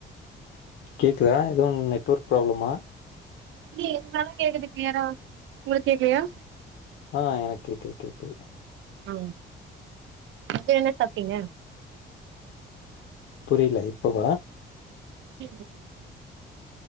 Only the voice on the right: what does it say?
இல்லையே எதுனாலு கேக்குது கிளியரா உங்களுக்கு கேக்கலையா
ஆ இப்ப என்ன சாப்பிட்டீங்க
இருந்தது